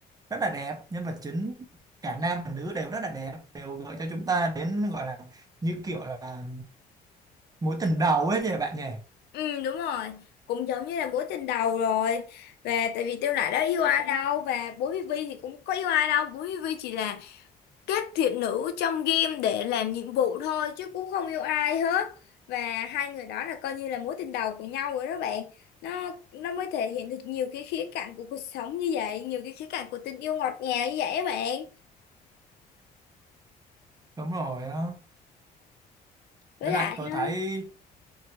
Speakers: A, on the right (about 20°); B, on the left (about 75°).
A: rất là đẹp nhân vật chính cả nam và nữ đều rất là đẹp đều gợi cho chúng ta đến gọi là như kiểu là mối tình đầu ấy nhỉ bạn nhỉ
B: Ừ đúng rồi, cũng giống như là mối tình đầu rồi. Và tại vì Tiêu Nại đã yêu ai đâu và Bố Vy Vy thì cũng có yêu ai đâu. Bố Vy Vy chỉ là kết thiện nữ trong game để làm nhiệm vụ thôi chứ cũng không yêu ai hết. Và hai người đó là coi như là mối tình đầu của nhau rồi đó bạn. Nó nó mới thể hiện được nhiều cái khía cạnh của cuộc sống như vậy, nhiều cái khía cạnh của tình yêu ngọt ngào như vậy á bạn.
A: đúng rồi á.
B: Với
A: với
B: lại
A: lại tôi
B: á,
A: thấy